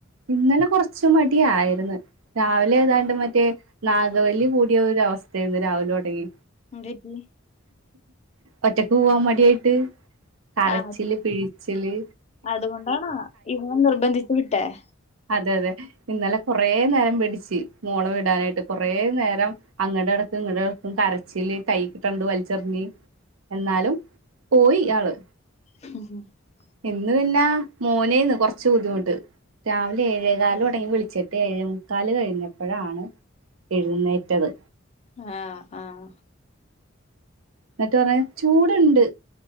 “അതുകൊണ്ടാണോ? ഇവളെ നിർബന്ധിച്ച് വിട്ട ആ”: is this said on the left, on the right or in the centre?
Left